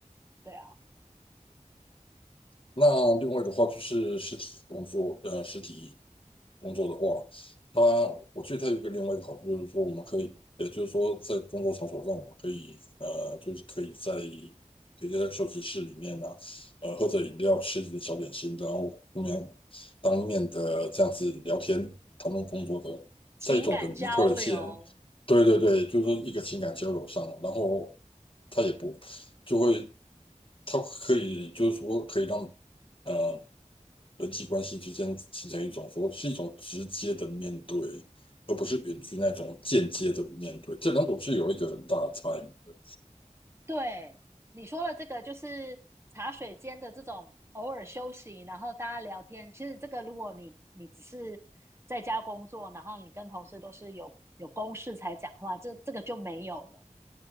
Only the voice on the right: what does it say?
对啊，
情感交流，
对，你说了这个，就是茶水间的这种偶尔休息，然后大家聊天。其实这个，如果你你只是在家工作，然后你跟同事都是有有公事才讲话，这这个就没有了。